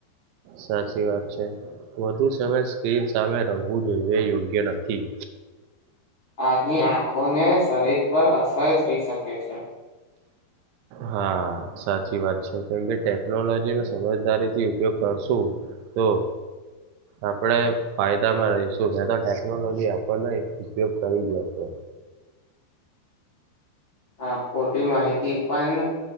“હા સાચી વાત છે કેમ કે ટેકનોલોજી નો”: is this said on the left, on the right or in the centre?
Right